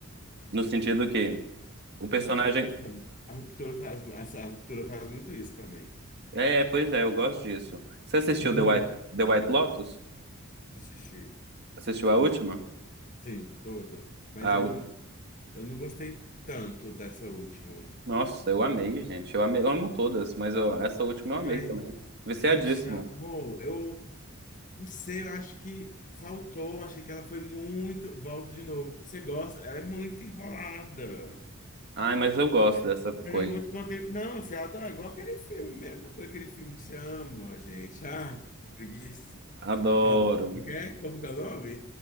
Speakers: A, on the right; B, on the left.
A: no sentido que o personagem.
B: Isso eu acho interessante. A ruptura faz, essa- a ruptura faz muito isso também.
A: É, pois é, eu gosto disso. Você assistiu
B: Muito
A: The White, The White Lotus?
B: assistir.
A: Assistiu a última?
B: Sim, toda. Mas
A: A
B: eu,
A: ú-
B: não- eu não gostei tanto dessa última.
A: Nossa, eu amei, gente. Eu amei, eu amo todas, mas eu- essa última
B: Ai,
A: eu amei também. Viciadíssimo.
B: se achar, amor, eu Não sei, eu acho que faltou. Achei que ela foi muito. Volto de novo. Você gosta? Ela é muito enrolada.
A: Ai, mas eu gosto dessa coisa.
B: Ela é muito contente. Não, você adora. Igual aquele filme mesmo, com aquele filme que você ama, gente. Ah, que preguiça.
A: Adoro.
B: Ok? Como que é o nome?